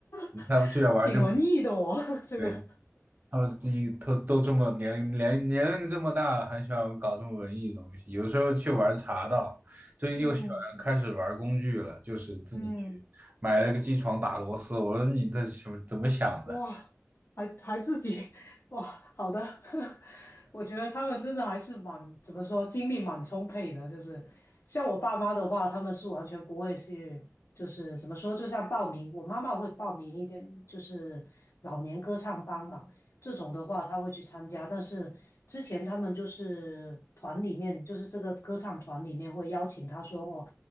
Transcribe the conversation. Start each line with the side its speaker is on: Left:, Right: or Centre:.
Left: <laughs>
Right: 他居然玩这么
Left: 挺文艺的我 <laughs> 这个。
Right: 对。他们一都都这么年龄年年龄这么大了，还喜欢搞这么文艺的东西。有时候去玩茶道，最近又喜欢开始玩工具了，
Left: 嗯
Right: 就是自己去买了个机床打螺丝。
Left: 嗯。
Right: 我说你这什么怎么想的？
Left: 哇，还还自己，哇，好的，<laughs> 我觉得他们真的还是蛮，怎么说，精力蛮充沛的。就是像我爸妈的话，他们是完全不会去，就是怎么说，就像报名，我妈妈会报名一点，就是老年歌唱班吧。这种的话他会去参加。但是之前他们就是团里面，就是这个歌唱团里面会邀请他说哦